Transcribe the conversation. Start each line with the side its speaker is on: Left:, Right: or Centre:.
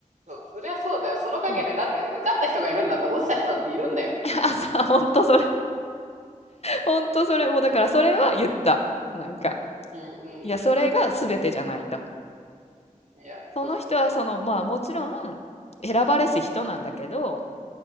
Right: そう。そりゃそうだよ。その陰で、
Left: そう。
Right: だって受かった人がいるんだったら落ちた人だっているんだよ。
Left: <laughs> あ、そう、本当それ。ほんとそれ、もうだからそれは言った。なんか、
Right: うんうん
Left: いや、それが全てじゃないと。
Right: うん。いや、
Left: その人はその、
Right: そうそう。
Left: まあもちろん選ばれし人なんだけど、